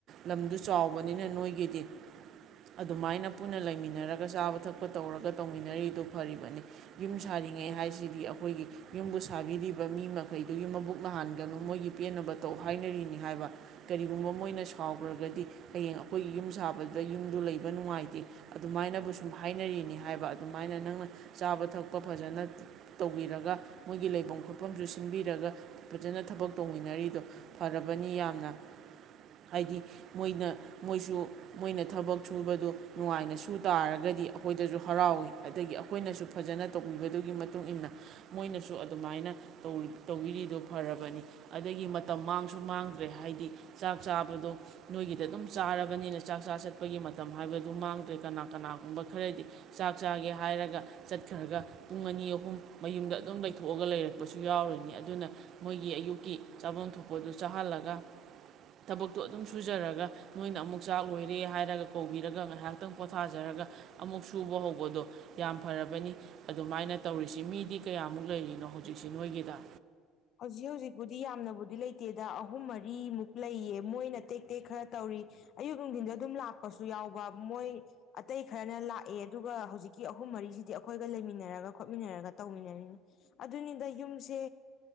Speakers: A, on the right; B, on the left.
A: ꯂꯝꯗꯨ ꯆꯥꯎꯕꯅꯤꯅ ꯅꯣꯏꯒꯤꯗꯤ ꯑꯗꯨꯃꯥꯏꯅ ꯄꯨꯟꯅ ꯂꯩꯃꯤꯟꯅꯔꯒ ꯆꯥꯕ ꯊꯛꯄ ꯇꯧꯔꯒ ꯇꯧꯃꯤꯟꯅꯔꯤꯗꯨ ꯐꯔꯤꯕꯅꯤ ꯌꯨꯝ ꯁꯥꯔꯤꯉꯩ ꯍꯥꯏꯁꯤꯗꯤ ꯑꯩꯈꯣꯏꯒꯤ ꯌꯨꯝꯕꯨ ꯁꯥꯕꯤꯗꯤ ꯃꯤ ꯃꯈꯩꯗꯨꯒꯤ ꯃꯕꯨꯛ ꯅꯥꯍꯟꯒꯅꯨ ꯃꯣꯏꯒꯤ ꯄꯦꯟꯅꯕ ꯇꯧ ꯍꯥꯏꯅꯔꯤꯅꯤ ꯍꯥꯏꯕ ꯀꯔꯤꯒꯨꯝꯕ ꯃꯣꯏꯅ ꯁꯥꯎꯈ꯭ꯔꯒꯗꯤ ꯍꯌꯦꯡ ꯑꯩꯈꯣꯏꯒꯤ ꯌꯨꯝ ꯁꯥꯕꯗ ꯌꯨꯝꯗꯨ ꯂꯩꯕ ꯅꯨꯡꯉꯥꯏꯇꯦ ꯑꯗꯨꯃꯥꯏꯅꯕꯨ ꯁꯨꯝ ꯍꯥꯏꯅꯔꯤꯅꯤ ꯍꯥꯏꯕ ꯑꯗꯨꯃꯥꯏꯅ ꯅꯪꯅ ꯆꯥꯕ ꯊꯛꯄ ꯐꯖꯅ ꯇꯧꯕꯤꯔꯒ ꯃꯣꯏꯒꯤ ꯂꯩꯐꯝ ꯃꯐꯝꯁꯨ ꯁꯤꯟꯕꯤꯔꯒ ꯐꯖꯅ ꯊꯕꯛ ꯇꯧꯃꯤꯟꯅꯔꯤꯗꯣ ꯐꯔꯕꯅꯤ ꯌꯥꯝꯅ ꯍꯥꯏꯗꯤ ꯃꯣꯏꯅ ꯃꯣꯏꯁꯨ ꯃꯣꯏꯅ ꯊꯕꯛ ꯁꯨꯕꯗ ꯅꯨꯡꯉꯥꯏꯅ ꯁꯨ ꯇꯥꯔꯒꯗꯤ ꯑꯩꯈꯣꯏꯗꯁꯨ ꯍꯔꯥꯎꯋꯤ ꯑꯗꯒꯤ ꯑꯩꯈꯣꯏꯅꯁꯨ ꯐꯖꯅ ꯇꯧꯕꯤꯕꯗꯨꯒꯤ ꯃꯇꯨꯡ ꯃꯇꯨꯡꯏꯟꯅ ꯃꯣꯏꯅꯁꯨ ꯑꯗꯨꯃꯥꯏꯅ ꯇꯧꯕꯤꯔꯤꯗꯨꯣ ꯐꯔꯕꯅꯤ ꯑꯗꯒꯤ ꯃꯇꯝ ꯃꯥꯡꯁꯨ ꯃꯥꯡꯗ꯭ꯔꯦ ꯍꯥꯏꯗꯤ ꯆꯥꯛ ꯆꯥꯕꯗꯣ ꯅꯣꯏꯒꯤꯗ ꯑꯗꯨꯝ ꯆꯥꯔꯕꯅꯤꯅ ꯆꯥꯛ ꯆꯥ ꯆꯠꯄꯒꯤ ꯃꯇꯝ ꯍꯥꯏꯕꯗꯨ ꯃꯥꯡꯗ꯭ꯔꯦ ꯀꯅꯥ ꯀꯅꯥꯒꯨꯝꯕ ꯈꯔꯗꯤ ꯆꯥꯛ ꯆꯥꯒꯦ ꯍꯥꯏꯔꯒ ꯆꯠꯈ꯭ꯔꯒ ꯄꯨꯡ ꯑꯅꯤ ꯑꯍꯨꯝ ꯃꯌꯨꯝꯗ ꯑꯗꯨꯝ ꯂꯩꯊꯣꯛꯑꯒ ꯂꯩꯔꯛꯦ ꯊꯣꯛꯄꯁꯨ ꯌꯥꯎꯔꯤꯅꯤ ꯑꯗꯨꯅ ꯃꯣꯏꯒꯤ ꯑꯌꯨꯛꯀꯤ ꯆꯥꯐꯝ ꯊꯣꯛꯄꯗꯨ ꯆꯥꯍꯜꯂꯒ ꯊꯕꯛꯇꯣ ꯑꯗꯨꯝ ꯁꯨꯖꯔꯒ ꯅꯣꯏꯅ ꯑꯃꯨꯛ ꯆꯥꯛ ꯂꯣꯏꯔꯦ ꯍꯥꯏꯔꯒ ꯀꯧꯕꯤꯔꯒ ꯉꯥꯏꯍꯥꯛꯇꯪ ꯄꯣꯊꯥꯖꯔꯒ ꯑꯃꯨꯛ ꯁꯨꯕ ꯍꯧꯕꯗꯣ ꯌꯥꯝ ꯐꯔꯕꯅꯤ ꯑꯗꯨꯃꯥꯏꯅ ꯇꯧꯔꯤꯁꯤ ꯃꯤꯗꯤ ꯀꯌꯥꯃꯨꯛ ꯂꯩꯔꯤꯅꯣꯖꯤꯛ ꯍꯁꯇ꯭ꯔꯤꯛꯁꯤ ꯅꯣꯏꯒꯤꯗ
B: ꯍꯧꯖꯤꯛ ꯍꯧꯖꯤꯛꯄꯨꯗꯤ ꯌꯥꯝꯅꯕꯨꯗꯤ ꯂꯩꯇꯦꯗ ꯑꯍꯨꯝ ꯃꯔꯤꯃꯨꯛ ꯂꯩꯌꯦ ꯃꯣꯏꯅ ꯇꯦꯛ ꯇꯦꯛ ꯈꯔ ꯇꯧꯔꯤ ꯑꯌꯨꯛ ꯅꯨꯡꯊꯤꯟꯗ ꯑꯗꯨꯝ ꯂꯥꯛꯄꯁꯨ ꯌꯥꯎꯕ ꯃꯣꯏ ꯑꯇꯩ ꯈꯔꯅ ꯂꯥꯛꯑꯦ ꯑꯗꯨꯒ ꯍꯧꯖꯤꯛꯀꯤ ꯑꯍꯨꯝ ꯃꯔꯤꯁꯤꯗꯤ ꯑꯩꯈꯣꯏꯒ ꯂꯩꯃꯤꯟꯅꯔꯒ ꯈꯣꯠꯃꯤꯟꯅꯔꯒ ꯇꯧꯃꯤꯟꯅꯔꯤꯅꯤ ꯑꯗꯨꯅꯤꯗ ꯌꯨꯝꯁꯦ